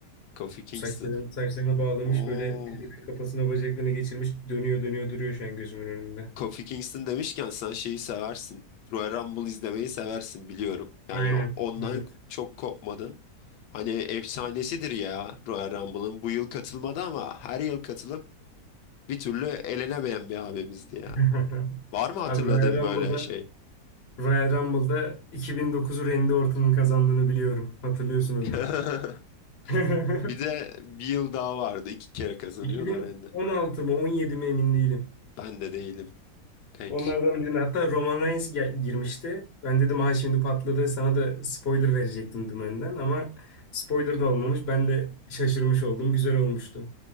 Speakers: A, on the left (about 75°); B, on the left (about 45°).
A: Kofi Kingston.
B: Saçlarını, saçlarını bağlamış
A: Oo.
B: böyle birbirinin kafasına bacaklarını geçirmiş dönüyor dönüyor duruyor şu an gözümün önünde.
A: Kofi Kingston demişken sen şeyi seversin. Royal Rumble izlemeyi seversin biliyorum. Yani
B: Aynen.
A: ondan
B: Evet.
A: çok kopmadın. Hani efsanesidir ya Royal Rumble'ın. Bu yıl katılmadı ama her yıl katılıp bir türlü elenemeyen bir abimizdi ya.
B: <laughs>
A: Var mı hatırladığın
B: Abi Royal Rumble'da
A: böyle şey?
B: Royal Rumble'da 2009'u Randy Orton'un kazandığını biliyorum. Hatırlıyorsun o
A: <laughs>
B: günü. <laughs>
A: Bir de bir yıl daha vardı. İki kere kazanıyor
B: 2016
A: da Randy.
B: mı 17 mi emin değilim.
A: Ben de değilim. Peki.
B: Onlardan birine hatta Roman Reigns ge- girmişti. Ben dedim ha şimdi patladı sana da spoiler verecektim dümenden ama spoiler da olmamış. Ben de şaşırmış oldum. Güzel olmuştu.